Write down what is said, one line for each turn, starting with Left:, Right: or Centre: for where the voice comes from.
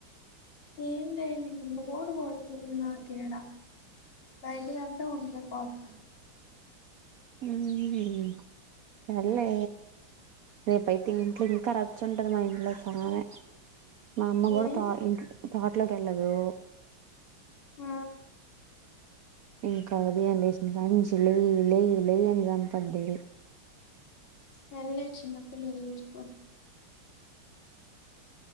Left: ఏం చేయను ఇంక బోర్ కొడుతుంది నాకు ఎండ బయటకెల్తె ఉండలేకపోతనం
Right: మ్.. ఉమ్.. సర్లే రేపైయితే ఇంట్లో ఇంకా రచ్చుంటది మా ఇంట్లొ సామి మా అమ్మ కూడా
Left: ఏ
Right: త ఇంట్ల తోటలోకి వెళ్ళదు
Left: ఆ
Right: ఇంక ఉదయం లేసినకాడ్నించి లేయ్ లేయ్ లేయ్ అని సంపద్ది
Left: సర్లె‌ చిన్న పిల్లవి ఊరుకో